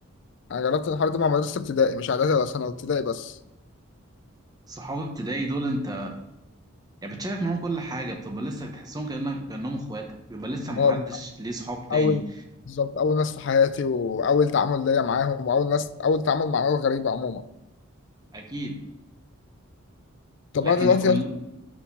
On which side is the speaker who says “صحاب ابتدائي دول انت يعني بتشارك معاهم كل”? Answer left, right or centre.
Right